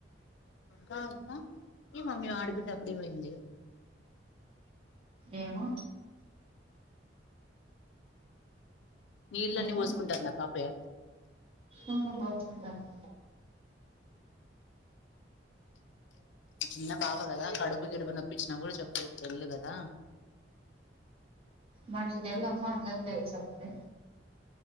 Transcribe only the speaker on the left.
ఆ ఏ మామ్ ఆడి బిడ్డ అప్పుడే పోయింది.
నీళ్ళన్నీ
పోసుకుంటారు నా కాపే
చిన్న పాప కదా కడుపు గిడుపు నొప్పించినా కూడా చెప్ బయటికి వెళ్ళు కదా